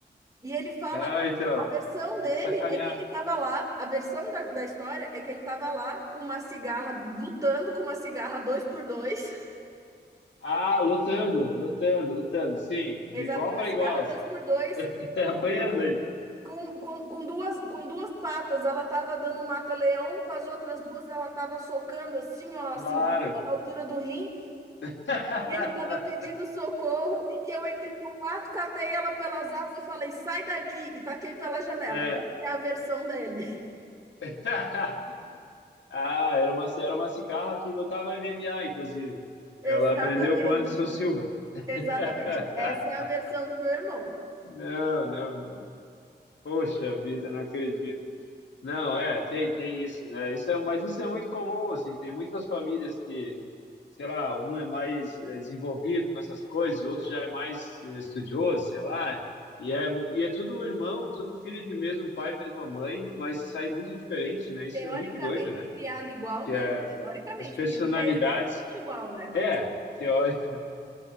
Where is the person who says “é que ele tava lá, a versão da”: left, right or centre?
Right